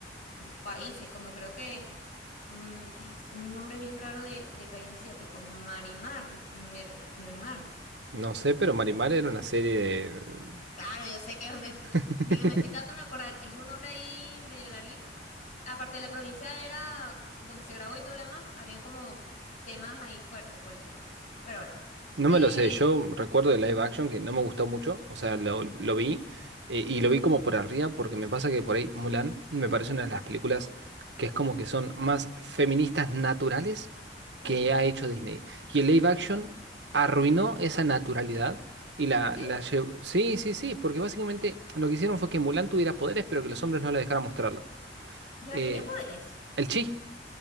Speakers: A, on the left; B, on the right.
A: países, como creo que mm, ay, es un nombre bien raro de, de país asiático, Marimar, Mer- Mermar.
B: No sé, pero Marimar era una serie de...
A: Claro, yo sé que me,
B: <laughs>
A: digo, me estoy tratando de acordar, es un nombre ahí medio larguito. Aparte de la provincia era donde se grabó y todo lo demás, había como temas ahí fuertes políticos. Pero bueno.
B: No
A: eh,
B: me lo sé, yo recuerdo de live
A: Ujú.
B: action que no me gustó mucho, o sea, lo, lo vi eh, y lo vi como por arriba porque me pasa que por ahí Mulan me parece una de las películas que es como que son más feministas naturales
A: Sí,
B: que ha hecho Disney. Y el live action arruinó esa naturalidad y la,
A: sí,
B: la llevó... Sí, sí, sí, porque básicamente lo que hicieron fue que Mulan tuviera poderes pero que los hombres no la dejaran mostrarlo.
A: ya
B: Eh,
A: tenía poderes.
B: el chi.